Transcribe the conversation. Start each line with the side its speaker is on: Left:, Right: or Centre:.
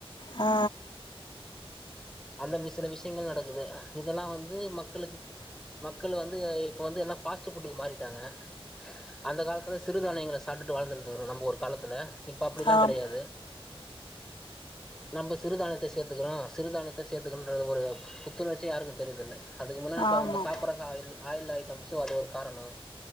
Left: ஆ
Centre: அந்தமே சில விஷயங்கள் நடக்குது இதெல்லா வந்து மக்களுக்கு பு மக்கள் வந்து இப்போ வந்து எல்லா ஃபாஸ்ட் ஃபுட்டுக்கு மாறிட்டாங்க அந்த காலத்துல சிறுதானயங்கள சாப்டுட்டு வாழ்ந்துருந்த நம்ம ஒரு காலத்துல இப்ப அப்டிலா
Left: ஆம்
Centre: கெடையாது நம்ப சிறுதானியத்த சேத்துக்குறோ சிறுதானியத்த சேத்துக்கனுன்ற ஒரு புத்துணர்ச்சி யாருக்கு தெரியதில்ல அதுக்கு முன்னா இப்ப
Left: ஆமாம்
Centre: நம்ம சாப்புற ஆயில் ஆயில் ஐட்டம்ஸு அது ஒரு காரணொ